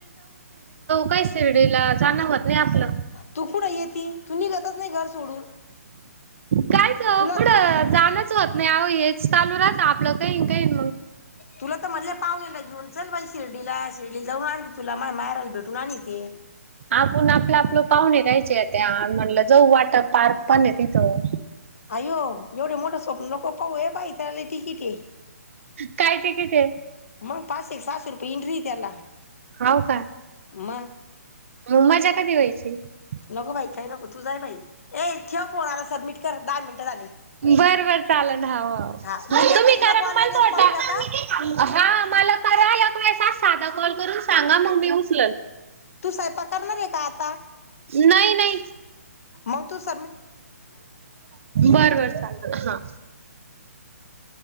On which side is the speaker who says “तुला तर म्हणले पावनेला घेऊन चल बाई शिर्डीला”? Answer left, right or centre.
Left